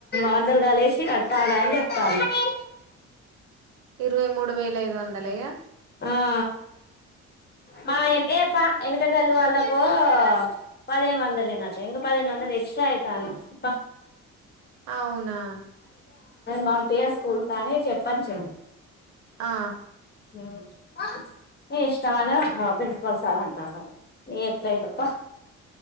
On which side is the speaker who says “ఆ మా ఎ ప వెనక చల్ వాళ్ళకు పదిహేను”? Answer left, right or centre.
Left